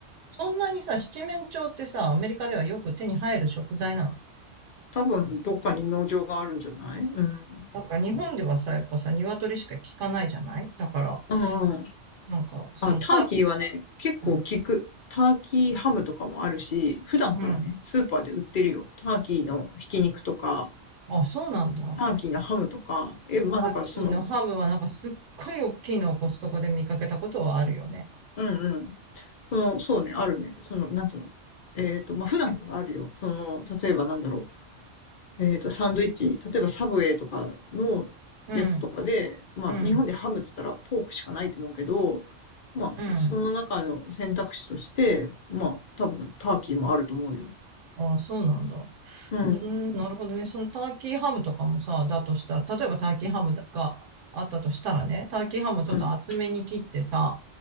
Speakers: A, on the right; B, on the left.
A: そんなにさ、七面鳥ってさ、アメリカではよく手に入る食材なの
B: 多分、どっかに農場があるんじゃないうん。
A: なんか日本ではさ、やっぱさ、鶏しか効かないじゃないだから、
B: うんうん。
A: なんか、そのター
B: あ、ターキーはね、結構効く。
A: キー、う
B: ターキーハムとかもあるし、普段からね、
A: ん。うん
B: スーパーで売ってるよ。ターキーのひき肉とか、
A: あ、そうなんだ。タ
B: ターキーのハムとか、え、まあなんかその、
A: ーキーのハムはなんかすっごい大きいのをコストコで見かけたことはあるよね。
B: うんうん。その、そうね、あるね。その、なんつうの。えっと、まあ普段からあるよ。その、例えばなんだろう。えっと、サンドイッチ、例えばサブウェイとかのやつとかで、
A: うん、
B: まあ、
A: うん、
B: 日本でハムっつったらポークしかないと思うけど、まあ、
A: うん。
B: その中の選択肢として、まあ、多分、ターキーもあると思うよ。
A: ああ、そうなんだ。うーん、
B: うん、
A: なるほどね。そのターキーハムとかもさ、だとしたら、例えばターキーハムがあったとしたらね、ターキーハムをちょっと厚めに切ってさ、
B: うん、